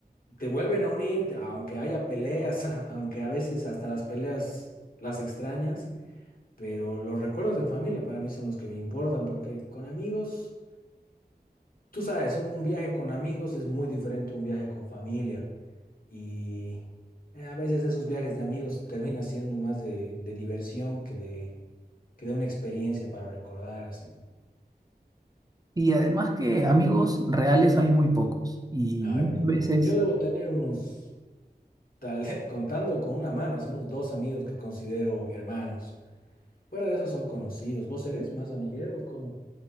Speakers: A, on the left (about 60°); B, on the right (about 25°).
A: te vuelven a unir, te- aunque haya peleas, <laughs> aunque a veces hasta las peleas las extrañas, pero los recuerdos en familia para mí son los que me importan, porque con amigos, tú sabes, un, un viaje con amigos es muy diferente a un viaje con familia. Y eh, a veces esos viajes de amigos terminan siendo más de de diversión que de que dé una experiencia para recordar así.
B: Y además que amigos reales hay muy pocos y
A: Hay
B: muchas
A: muy
B: veces
A: pocos. Yo debo tener unos, tal, <laughs> contando con una mano, así unos dos amigos que considero hermanos. Fuera de eso son conocidos. ¿Vos eres más amiguero? o ¿Cómo?